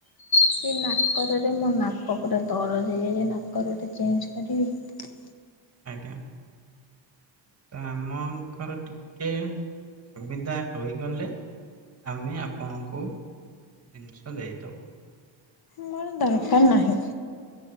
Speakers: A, on the left (about 50°); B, on the right (about 30°).
A: ସେ ନାକରରେ ମୋ ନାକ ପୁରା ଦରଜ ହେଇଯାଇଚି ନାକର ଟେ ଚେଞ୍ଜ କରିବି। <inaudible>
B: ଆଜ୍ଞା। ତ ଆମଙ୍କର ଟିକେ ସୁବିଧା ହୋଇଗଲେ ଆମେ ଆପଣଙ୍କୁ ଜିନିଷ ଦେଇଦବୁ।
A: ମୋର ଦରକାର ନାହିଁ।